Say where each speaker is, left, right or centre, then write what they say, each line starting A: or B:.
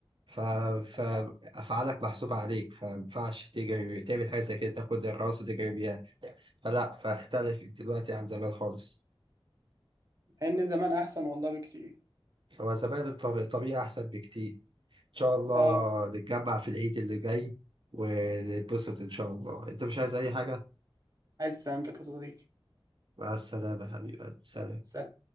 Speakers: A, on the right; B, on the right.
A: ف... فافعالك
B: آه.
A: محسوبه عليك فما ينفعش تجري تعمل حاجه زي كده تاخد الراس وتجري بيها فلا فاختلفت دلوقتي عن زمان خالص
B: ان زمان احسن والله بكتير
A: هو زمان الطب- الطبيعه احسن بكتير ان شاء الله
B: اه
A: نتجمع في العيد اللي جاي ونتبسط ان شاء الله انت مش عايز اي حاجه
B: عايز سلامتك يا صديقي
A: مع السلامه حبيبي سلام
B: سلام